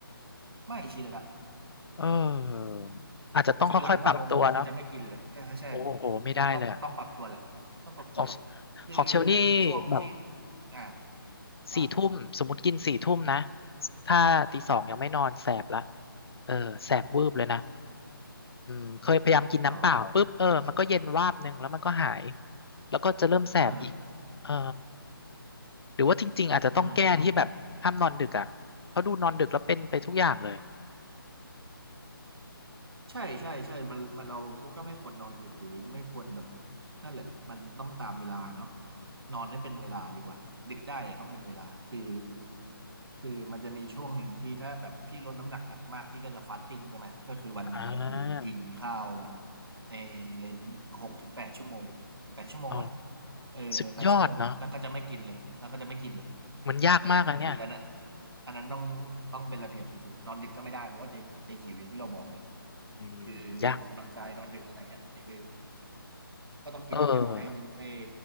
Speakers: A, on the right; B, on the left.
A: ไม่ชินละ
B: เอออาจจะต้องค่อยๆปรับตัวเนาะ
A: คือหลังหกโมงก็คือจะไม่กินเลยก็ใช่จะจะต้องต้องปรับตัวแหละต้องปรับตัวแหละคือ
B: โอ้โหไม่ได้เลยอะของของเชลนี่
A: ช่วงที่
B: แบบ
A: อ่ะ
B: สี่ทุ่มสมมติกินสี่ทุ่มนะ
A: ว่า
B: ถ้าตีสองยังไม่นอนแสบละเออแสบวืบเลยนะอืมเคยพยายามกินน้ำเปล่าปุ๊บเออมันก็เย็นวาบหนึ่งแล้วมันก็หาย
A: รอ
B: แล้วก็จะเริ่มแสบอีกเออ
A: อ่า
B: หรือว่าจริงๆอาจจะต้องแก้ที่แบบห้ามนอนดึกอ่ะเพราะดูนอนดึกแล้วเป็นไปทุกอย่างเลย
A: อ่า ใช่ใช่ใช่มันมันเราก็ก็ไม่ควรนอนดึกหรือไม่ควรแบบนั่นแหละมันต้องตามเวลาเนาะนอนให้เป็นเวลาดีกว่าดึกได้แต่ต้องเป็นเวลาคือคือมันจะมีช่วงหนึ่งที่ถ้าแบบพี่ลดน้ำหนักหนักมากพี่ก็จะฟาสติ้งใช่ไหมก็คือวันหนึ่งก็คือกินข้าวแบบ
B: อ่า
A: ในเลนหกถึงแปดชั่วโมงแปดชั่วโมงปะ
B: โอ้
A: เออแปดชั่วโมงนะแล้วก็จะไม่กินเลยแล้วก็จะไม่กินเลย
B: สุดยอดเนาะมันยากมากอะเนี่ย
A: เออแต่คืออันนั้นอันนั้นต้องต้องเป็นระเบียบสุดๆนอนดึกก็ไม่ได้เพราะว่าจะจะหิวอย่างที่เราบอกแหละ
B: อืมยาก
A: คือออกกำลังกายนอนดึกอะไรเงี้ยนี่คือก็ต้องกินแคลให้ให้
B: เออ